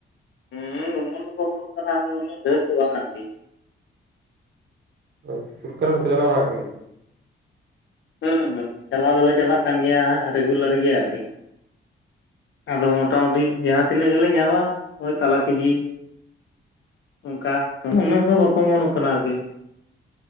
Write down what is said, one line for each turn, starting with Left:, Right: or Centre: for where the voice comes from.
Left: ᱦᱩᱸ ᱚᱢᱚᱱ ᱫᱚᱠᱚ ᱚᱢᱚᱱᱚᱜ ᱠᱟᱱᱟ ᱟᱫᱚ ᱩᱱᱟᱹᱜ ᱰᱷᱮᱨ ᱫᱚ ᱵᱟᱝ ᱟᱨᱠᱤ ᱾
Right: ᱦᱳᱭ ᱯᱩᱴᱠᱟᱹ ᱦᱟᱞᱟᱝ ᱠᱚᱯᱮ ᱪᱟᱞᱟᱣ ᱵᱟᱲᱟᱜ ᱠᱟᱱ ᱜᱮᱭᱟ?
Left: ᱦᱩᱸ ᱦᱩᱸ ᱪᱟᱞᱟᱣ ᱫᱚᱞᱮ ᱪᱟᱞᱟᱜ ᱠᱟᱱ ᱜᱮᱭᱟ ᱦᱟᱸᱜ ᱨᱮᱜᱩᱞᱟᱨᱤ ᱜᱮ ᱟᱨᱠᱤ ᱾ ᱟᱫᱚ ᱢᱳᱴᱟᱢᱩᱴᱤ ᱡᱟᱦᱟᱸ ᱛᱤᱱᱟᱹᱜ ᱜᱮᱞᱮ ᱧᱟᱢᱟ ᱦᱚᱜᱼᱚᱭ ᱛᱟᱞᱟ ᱠᱮᱡᱤ, ᱚᱝᱠᱟ ᱩᱱᱟᱹᱜ ᱫᱚ ᱵᱟᱠ ᱠᱚ ᱚᱢᱚᱱᱚᱜ ᱠᱟᱱᱟ ᱟᱨᱠᱤ ᱾